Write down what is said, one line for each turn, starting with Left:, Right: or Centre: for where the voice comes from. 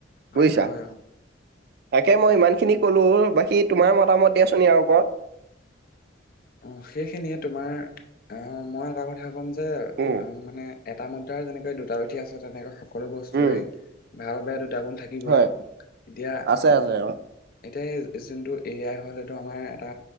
Left: হয়
Right: বুজিছা
Left: হয় অ
Right: তাকে মই ইমানখিনি কলো বাকী তোমাৰ মতামত দিয়াচোন ইয়াৰ ওপৰত
Left: অ সেইখিনিয়ে তোমাৰ অ মই এটা কথা ক'ম যে উ
Right: উম
Left: মানে এটা মুদ্ৰাৰ যেনেকে দুটা পিঠি আছে তেনেকে সকলো বস্তুৰে
Right: উম
Left: ভাল বেয়া দুটা গুণ থাকিবই
Right: হয়
Left: এতিয়া
Right: আছে আছে অ
Left: এতিয়া এ যোনটো এ আই হ'ল এইটো আমাৰ এটা